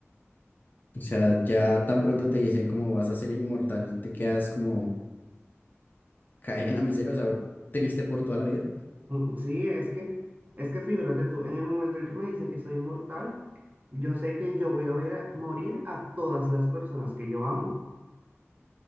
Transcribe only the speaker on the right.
Mm, Sí, es que, es que figúrate tú, en el momento en el que me dicen que soy inmortal, yo sé que yo voy a ver a- morir a todas las personas que yo amo,